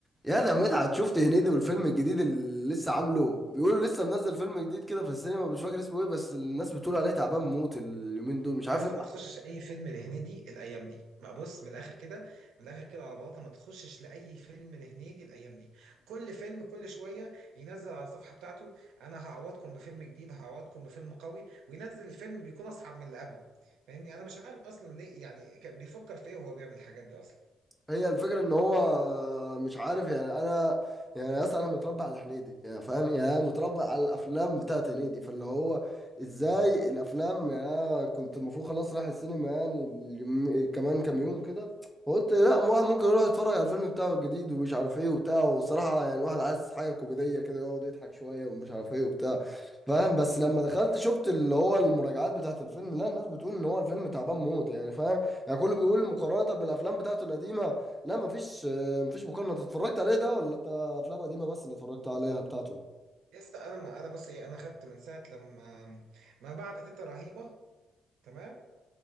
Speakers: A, in the centre; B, on the right.
A: يا ده مدحت شفت هنيدي والفيلم الجديد اللي لسه عامله بيقولوا لسه منزل فيلم جديد كده في السينما مش فاكر اسمه ايه بس الناس بتقول عليه تعبان موت اليومين دول مش عارف
B: يا اسطى
A: إيه.
B: ما تخشش اي فيلم لهنيدي الايام دي بقى بص من الاخر كده من الاخر كده على بلاطه ما تخشش لاي فيلم لهنيدي الايام دي كل فيلم كل شويه ينزل على الصفحه بتاعته انا هعوضكم بفيلم جديد هعوضكم بفيلم قوي وينزل الفيلم بيكون اصعب من اللي قبله فاهمني انا مش عارف اصلا ليه يعني كان بيفكر في ايه وهو بيعمل الحاجات دي اصلا
A: هي الفكرة ان هو مش عارف يعني انا يعني يا اسطى انا متربى على هنيدي يعني فاهم يعني أنا متربى على الافلام بتاعت هنيدي فاللي هو ازاي الافلام يعني كنت المفروض خلاص رايح السينما يعني اليوم- كمان كام يوم كده فقلت لا واحد ممكن يروح يتفرج على الفيلم بتاعه الجديد ومش عارف ايه وبتاع وصراحة يعني الواحد عايز حاجة كوميدية كده يقعد يضحك شوية ومش عارف ايه وبتاع فاهم بس لما دخلت شفت اللي هو المراجعات بتاعت الفيلم لا الناس بتقول ان هو الفيلم تعبان موت يعني فاهم يعني كله بيقول مقارنة بالافلام بتاعته القديمة لا مفيش آه، مفيش مقارنة انت اتفرجت عليه ده ولا انت افلام قديمة بس اللي اتفرجت عليها بتاعته
B: يا اسطى انا ما انا بص ايه انا خدت من ساعه لما ما بعد تيتا رهيبه تمام